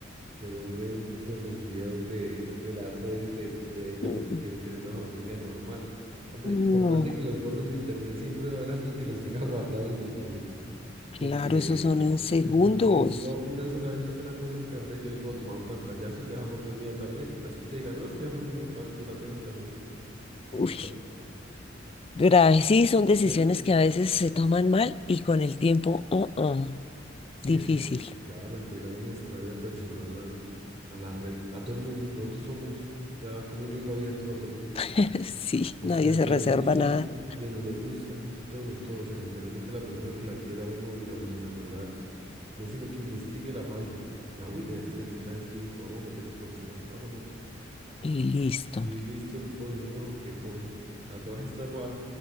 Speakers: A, on the right (about 35°); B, on the left (about 30°).
A: que borren pues los videos de, de las redes de, de ella
B: Mm,
A: porque quiere tener una familia normal. Hombre,
B: No,
A: por más de que los borren de internet, siempre va a haber alguien que los tenga <laughs> guardados y los publique,
B: claro,
A: porque
B: esos son en segundos.
A: después de que suba una sola vez usted la cosa a internet, yo le puedo tomar un pantallazo y ya esa foto es mía también. Así usted diga, no, es que esa foto es mía, bueno, yo la tengo también. ¿Qué
B: Uy,
A: culpa?
B: graves. Sí, son decisiones
A: Le,
B: que a veces se toman mal y con el tiempo, oh, oh,
A: sí,
B: difícil.
A: ese, claro, entregamos nuestra vida personal al- a la red, a todo el mundo. Nosotros somos ya como un libro abierto para todo el mundo.
B: <laughs> Sí,
A: Ya
B: nadie
A: ustedes saben
B: se
A: qué
B: reserva
A: le gusta,
B: nada.
A: qué no le gusta, todo, todo. O sea, literalmente la persona que la quiera uno, digamos, enamorar, no es sino que investigue la página. Ya, uy, vea, a este le gusta esto y esto, vamos a meternos por este lado. pa, pa, pa.
B: Y listo.
A: Y listo el pollo, no, qué cosa. A todas estas voy a,